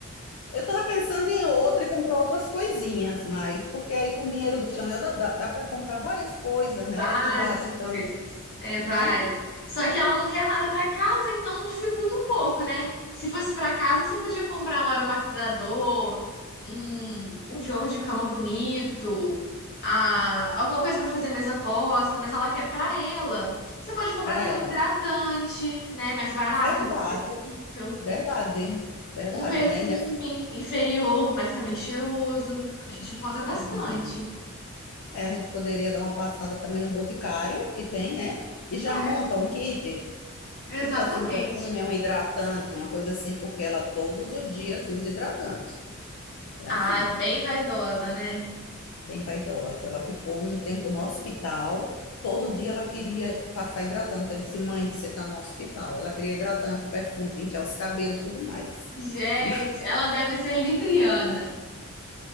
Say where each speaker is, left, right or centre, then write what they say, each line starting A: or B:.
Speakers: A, on the left; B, on the left.
A: Eu estava pensando em outra e comprar outras coisinhas, mas porque aí com o dinheiro do Chanel dá, dá, dá para comprar várias coisas,
B: Várias
A: né? Eu tentava tentando,
B: coisas. É,
A: né?
B: várias. Só que ela não quer nada pra casa, então dificulta um pouco, né? Se fosse pra casa, você podia comprar um aromatizador, um, um jogo de cama bonito, a, alguma coisa pra fazer mesa posta, mas ela quer pra ela. Você pode comprar
A: Para
B: também
A: ela.
B: um hidratante, né? Mais barato,
A: Verdade,
B: mais acessível.
A: verdade, verdade,
B: Um perfume
A: né? E Nessa...
B: inferior, mas também cheiroso. A gente encontra bastante.
A: Hum. É, a gente poderia dar uma passada também no Boticário, que tem, né? E já monta
B: É,
A: um kit,
B: exatamente.
A: tipo assim, um perfume, um hidratante, uma coisa assim, porque ela todos os dias usa hidratante. É
B: Ah,
A: assim,
B: é bem vaidosa, né?
A: bem vaidosa. Ela ficou um tempo no hospital, todo dia ela queria passar hidratante. Eu disse, mãe, você está no hospital. Ela queria hidratante, perfume, pentear os cabelos e tudo mais.
B: Gente,
A: <laughs>
B: ela deve ser libriana.